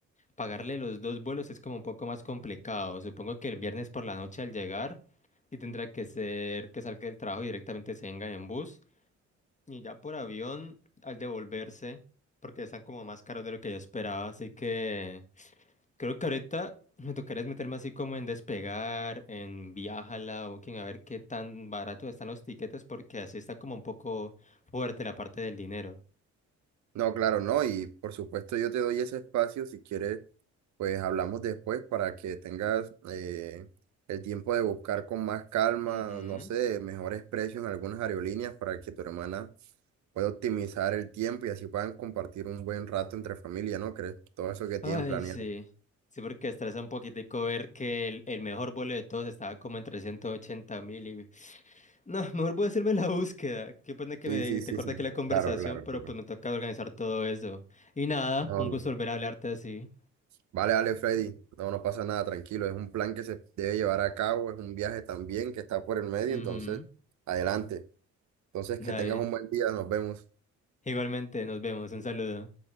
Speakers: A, on the left (about 25°); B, on the right (about 65°).
A: Pagarle los dos vuelos es como un poco más complicado. Supongo que el viernes por la noche al llegar y tendrá que ser que salga del trabajo y directamente se vengan en bus y ya por avión al devolverse porque están como más caros de lo que yo esperaba. Así que creo que ahorita me tocaría es meterme así como en Despegar, en Viajala, Booking, a ver qué tan barato están los tiquetes porque así está como un poco fuerte la parte del dinero.
B: No, claro, no. Y por supuesto yo te doy ese espacio si quieres, pues hablamos después para que tengas eh, el tiempo de buscar con más calma,
A: Ujú.
B: no sé, mejores precios en algunas aerolíneas para que tu hermana pueda optimizar el tiempo y así puedan compartir un buen rato entre familia, ¿no crees? Todo eso que
A: Ay,
B: tienen planeado.
A: sí. Sí, porque estresa un poquitico ver que el, el mejor vuelo de todos estaba como en trescientos ochenta mil y... No, mejor voy a hacerme la búsqueda. Qué pena que
B: Sí,
A: me,
B: sí,
A: te
B: sí,
A: corta
B: sí.
A: aquí la conversación,
B: Claro, claro,
A: pero
B: claro.
A: pues me toca organizar todo eso. Y nada,
B: No,
A: un
B: no.
A: gusto volver a hablarte así.
B: vale, vale, Freddy. No, no pasa nada, tranquilo. Es un plan que se debe llevar a cabo, es un viaje también que está por el medio,
A: Ujú.
B: entonces, adelante. Entonces,
A: Dale.
B: que tengas un buen día, nos vemos.
A: Igualmente, nos vemos. Un saludo.